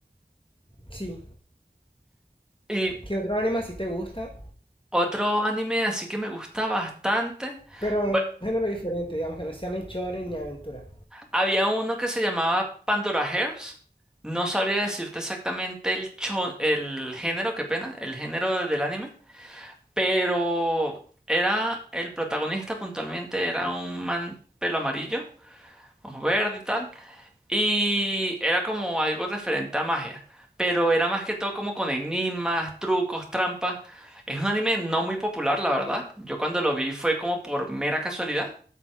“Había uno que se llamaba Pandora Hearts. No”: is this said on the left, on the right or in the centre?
Centre